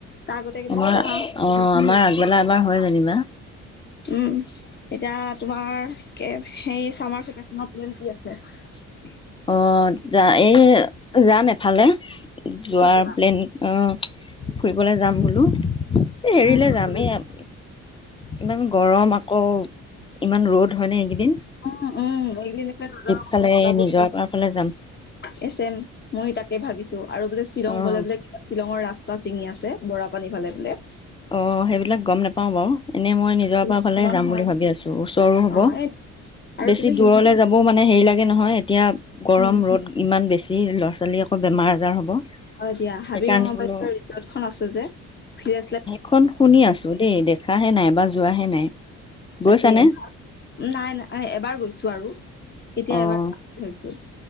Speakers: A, on the left; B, on the left.
A: তাৰ আগতে কিবা
B: আমাৰ
A: চাহ
B: অঁ
A: ঘোগুনী
B: আমাৰ আগবেলা এবাৰ হয়
A: খাও
B: যেনিবা
A: <unintelligible> উম এতিয়া তোমাৰ কে সেই চামাৰ ভিকেচনত তোমাৰ প্লেন কি আছে ছে
B: অ যা এই যাম এফালে যোৱাৰ
A: ক'ত যাবা
B: প্লেন অ ফুৰিবলৈ যাম বোলো৷ এ হেৰিলে
A: উম ফুৰিবলৈ
B: যাম এয়াত ইমান গৰম আকৌ ইমান ৰ'দ হয় নে এইকেইদি
A: উম উম এইকেইদিন একে ৰদৰ কাৰণে
B: ফালে
A: কতো যাবই
B: নিজৰ
A: নোৱাৰি
B: পৰা ফালে যাম।
A: এচেম ময়ো তাকে ভাবিছো আৰু বোলে শ্বিলং
B: অ'।
A: গলে বোলে কিবা শ্বিলঙৰ ৰাস্তা টা চিঙি আছে বৰা পানী ফালে বোলে
B: অ সেইবিলাক গম নেপাও বাৰু এনেই মই নিজৰাপৰা
A: উম
B: ফালেহে
A: সাধন
B: যাম
A: হয়
B: বুলি ভাবি আছো ওচ চৰো হব
A: অ এই আৰু
B: বেছি
A: তুমি
B: দূৰলে যাবও মানে হেৰি লাগে নহয় এতিয়া গৰম
A: উম
B: ৰ'দ ইমান বেছি ল'ৰা ছোৱালী আকৌ বেমাৰ আজাৰ হ'ব
A: অ দিয়া হাবিৰ
B: সেইকাৰণে
A: ৰঙাবাটৰ
B: বোলো
A: ৰিজৰ্টখন আছে যে ভিৰ আছিলে
B: খন শুনি আছো দেই দেখাহে নাই বা যোৱাহে নাই
A: তাকে
B: গৈছানে?
A: নাই নাই এবাৰ গৈছো আৰু এতিয়া
B: অ',
A: এবাৰ গৈছো